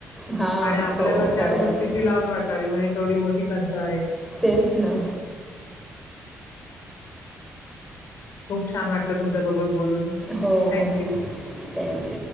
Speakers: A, in the centre; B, on the left.
A: हां
B: आणि आपल्याला
A: हो
B: त्याच
A: खरं आहे
B: गोष्टीची लाज वाटावी म्हणजे केवढी मोठी खंत आहे.
A: तेच ना.
B: खूप छान वाटलं तुमच्यासोबत बोलून.
A: हो
B: थँक
A: हो
B: यू.
A: थँक्यू.